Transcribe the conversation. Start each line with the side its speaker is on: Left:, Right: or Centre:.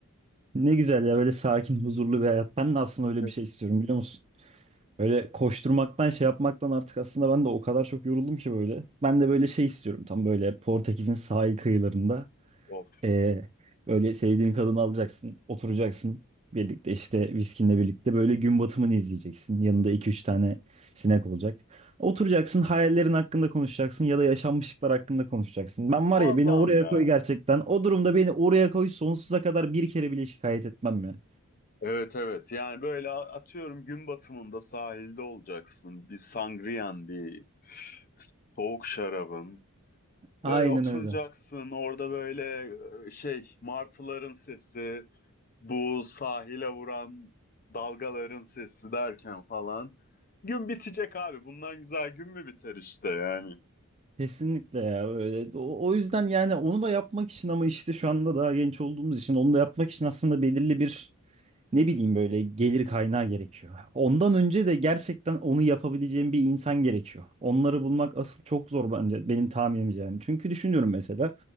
Right: Ne güzel ya böyle sakin, huzurlu bir hayat. Ben de aslında öyle
Left: Evet.
Right: bir şey istiyorum biliyor musun? Öyle koşturmaktan şey yapmaktan artık aslında ben de o kadar çok yoruldum ki böyle. Ben de böyle şey istiyorum tam böyle Portekiz'in sahil kıyılarında
Left: Of.
Right: eee, böyle sevdiğin kadını alacaksın oturacaksın birlikte işte viskinle birlikte böyle gün batımını izleyeceksin. Yanında iki üç tane sinek olacak. Oturacaksın hayallerin hakkında konuşacaksın ya da yaşanmışlıklar hakkında konuşacaksın. Ben var
Left: Muazzam
Right: ya beni oraya
Left: ya.
Right: koy gerçekten o durumda beni oraya koy sonsuza kadar bir kere bile şikayet etmem ya.
Left: Evet evet yani böyle a- atıyorum gün batımında sahilde olacaksın bir sangriyan bir soğuk şarabın
Right: Aynen
Left: böyle oturacaksın
Right: öyle.
Left: orada böyle e, şey martıların sesi bu sahile vuran dalgaların sesi derken falan. Gün bitecek abi. Bundan güzel gün mü biter işte yani.
Right: Kesinlikle ya öyle. O, o yüzden yani onu da yapmak için ama işte şu anda daha genç olduğumuz için onu da yapmak için aslında belirli bir ne bileyim böyle gelir kaynağı gerekiyor. Ondan önce de gerçekten onu yapabileceğim bir insan gerekiyor. Onları bulmak asıl çok zor bence benim tahminimce yani. Çünkü düşünüyorum mesela